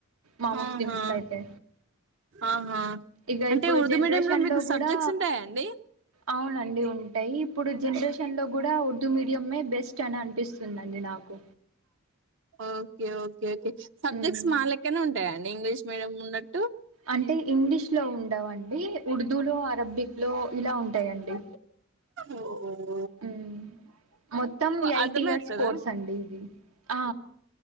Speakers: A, on the right; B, on the right.
A: మా ముస్లిమ్స్కి
B: ఆహా
A: అయితే
B: ఆహా
A: ఇక
B: అంటే
A: ఇప్పుడు
B: ఉర్దూ
A: జనరేషన్లో
B: మీడియం లో మీకు సబ్జెక్ట్స్
A: కూడా
B: ఉంటాయా అండి
A: అవునండి ఉంటాయి ఇప్పుడు జనరేషన్ లో కూడా ఉర్దూ మీడియే బెస్ట్ చన అనిపిస్తుందిండి నాకు
B: okay okay okay subjects
A: um
B: మా లెక్కనే ఉంటాయండి ఇంగ్లీష్ మీడియం ఉన్నట్టు?
A: అంటే ఇంగ్లీష్ లో ఉండవండి. ఉర్దూలో అరబిక్ లో ఇలా ఉంటాయండి.
B: ఓహో
A: ఉమ్ మొత్తం ఎయిట్
B: అర్థమవుతుందా
A: ఇయర్స్ కోర్స్ అండి ఇది ఆ